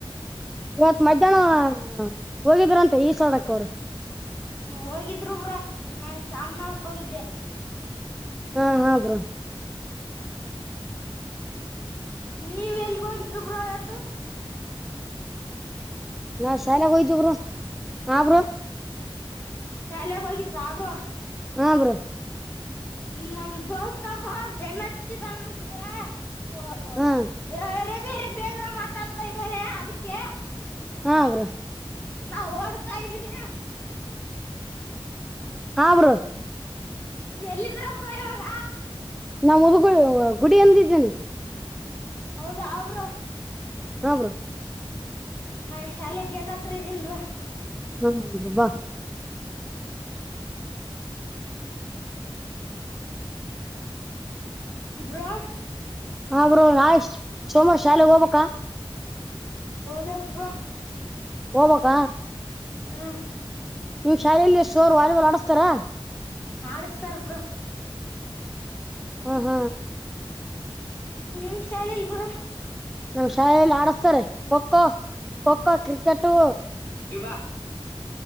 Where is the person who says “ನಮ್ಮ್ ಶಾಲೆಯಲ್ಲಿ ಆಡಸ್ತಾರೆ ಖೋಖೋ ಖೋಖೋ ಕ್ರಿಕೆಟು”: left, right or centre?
Centre